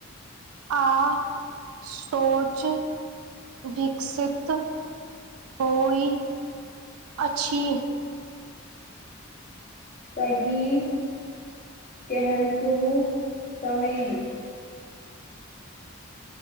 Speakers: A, on the right; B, on the left.
A: आ सोच विकसित होई अछि
B: कही कहल कुहु तमे